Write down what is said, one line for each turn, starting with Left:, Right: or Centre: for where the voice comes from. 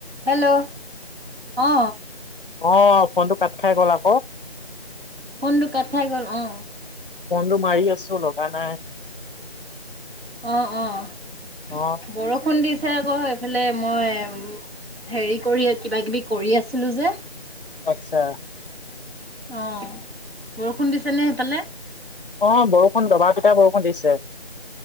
Right: Hello অ।
Left: অ'ফনটো cut খাই গ'ল আকৌ।
Right: ফোনটো কাট খাই গ'ল অ।
Left: ফনটো মাৰি আছো লগা নাই।
Right: অ'অ'বৰষুণ
Left: অ
Right: দিছ ছে আকৌ এইফালে মই হেৰি কৰি কিবা- কিবি কৰি আছিলোঁ যে
Left: অ'আচ্ছা।
Right: অ' বৰষুণ দিছে নে সেইপেলে?
Left: অ' বৰষুণ দবা পিটা বৰষুণ দিছে।